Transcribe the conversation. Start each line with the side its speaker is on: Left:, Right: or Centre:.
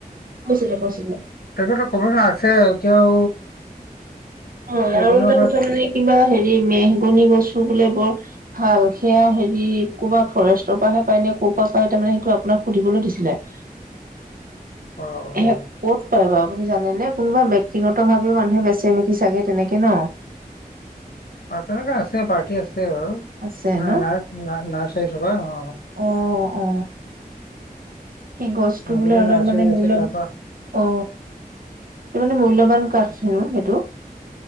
Right: কৈছিলে কৈছিলে।
Left: তাকেইটো কবচোন আছে এতিয়াও
Right: হয়
Left: চেগুনৰ
Right: আৰু এটা
Left: পাত
Right: কথা মানে কিবা হেৰি মেহগনি গছো বোলে বৰ ভাল সেয়া হেৰি ক'বা ফৰেষ্টৰ পৰাহে পায় নে ক'ৰ পৰা পায় তাৰমানে সেইটো আপোনাক সুধিবলৈ দিছিলে। <inaudible>
Left: অ অ।
Right: এ ক'ত পায় বাও আপুনি জানেনে কোনোবা ব্যক্তিগত ভাবেও মানুহে বেচে নেকি চাগে তেনেকে ন?
Left: অ তেনেকুৱা আছে পাৰ্টি আছে বাৰু
Right: আছে
Left: না
Right: ন
Left: না নাৰ্চাৰী থকা অ।
Right: অ অ সেই গছটো
Left: মাজুলী
Right: বোলে অলপ
Left: নাৰ্চাৰী
Right: মানে
Left: আছে
Right: মূল্য
Left: তাৰপৰা
Right: অ, সেইটো বোলে মূল্যৱান কাঠ হেনো সেইটো।